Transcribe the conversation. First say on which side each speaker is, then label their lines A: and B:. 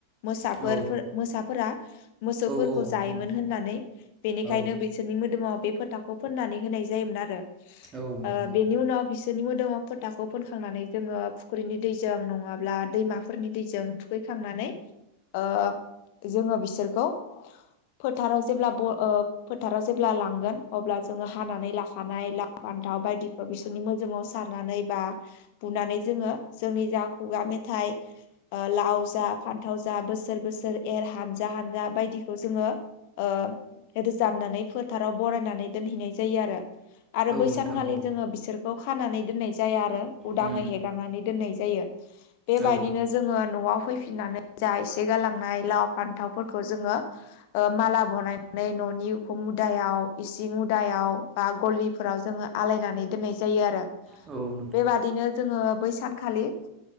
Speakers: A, on the left; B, on the right.
A: मोसाफोर
B: औ
A: मोसाफोरा मोसौफोरखौ
B: औ नोंथां
A: जायोमोन होननानै बेनिखायनो
B: औ
A: बिसोरनि मोदोमाव बे फोथा खौ फोननानै होनाय जायोमोन आरो
B: औ नोंथां
A: ओ
B: औ
A: बेनि उनाव बिसोरनि मोदोमाव फोथाखौ फोनखांनानै जोङो फुख्रिनि दैजों नङाब्ला दैमाफोरनि दैजों थुखै खांनानै ओ जोङो बिसोरखौ फोथाराव जेब्ला ब ओ फोथाराव जेब्ला लांगोन अब्ला जोङो हाखानाय लाव फान्थाव बायदिखौ बिसोरनि मोदोमाव सारनानै बा बुनानै जोङो जोंनि जा खुगा मेथाइ। ओ लाव जा फान्थाव जा बोसोर बोसोर एर हानजा हानजा बायदिखौ जोङो। ओ रोजाबनानै फोथाराव बरायनानै दोनहैनाय जायो आरो। आरो बैसानखालि
B: नोंथां औ
A: जोङो बिसोर। बेखौ खानानै दोननाय जाया आरो उदाङै
B: उम
A: हेगारनानै दोननाय जायो। बेबायदिनो
B: औ
A: जोङो न'आव फैफिननानै जा एसे गालांनाय लाव फान्थावफोरखौ जोङो। ओ माला बनायनानै न'नि उखुम मुदायाव इसिं उदायाव बा गलिफोराव जोङो आलायनानै दोननाय जायो आरो
B: जायो आरो ओ
A: बेबादिनो जोङो बै सानखालि।